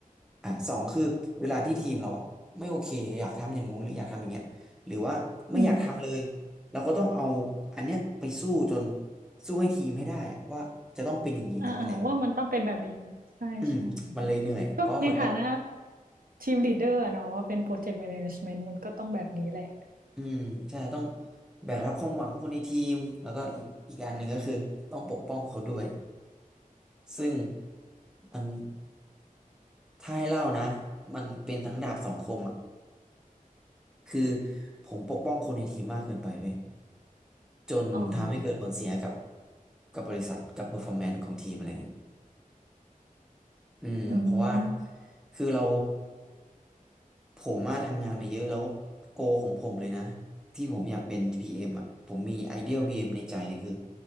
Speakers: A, in the centre; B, on the right (about 80°).
A: อ่ะสองคือเวลาที่ทีมเราอะไม่โอเคอยากทำอย่างงู้นหรืออยากทำอย่างเงี้ยหรือว่าไม่อยากทำเลย
B: อืม
A: เราก็ต้องเอาอันเนี้ยไปสู้จนสู้ให้ทีมให้ได้อะว่าจะต้องเป็นอย่างนี้นะอะไร
B: อ่าอ่าว่ามันต้องเป็นแบบนี้ใช่ใช่
A: อืมมันเลยเหนื่อยเพราะเหมือนกับ
B: ก็ในฐานะทีมลีดเดอร์อะเนาะเป็นโปรเจกต์แมเนจเมนต์มันก็ต้องแบบนี้แหละ
A: อืมใช่ต้องแบกรับความหวังคนในทีมแล้วก็อีกอีกอันหนึ่งก็คือต้องปกป้องเขาด้วยซึ่งมันถ้าให้เล่านะมันเป็นทั้งดาบสองคมอ่ะคือผมปกป้องคนในทีมมากเกินไปเว้ยจนทำให้เกิดผลเสียกับ
B: อ๋อ
A: กับบริษัทกับ performance ของทีมอะไรเงี้ย อืมเพราะว่า
B: อืม
A: คือเราผมมาทำงานมาเยอะแล้วโกของผมเลยนะที่ผมอยากเป็น PM อมอ่ะผมมีไอเดีย PM ในใจเลยคือ